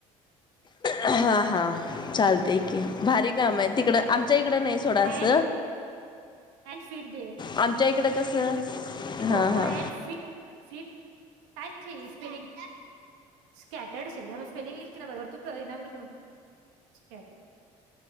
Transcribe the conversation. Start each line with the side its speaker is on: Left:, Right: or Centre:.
Left: हा हा चालतयं. की भारी काम आहे. तिकडं आमच्या इकडं नाही. थोडास
Right: अँड अँड फीड
Left: आमच्या इकडं कसं.
Right: इथं
Left: हा
Right: ओपण
Left: हा
Right: अँड सीट सीट काय ची स्पेलिंग? स्कॅटड सिलॅबस स्पेलिंग लिख की नां बरोबर तू कळेना मी स्कॅटड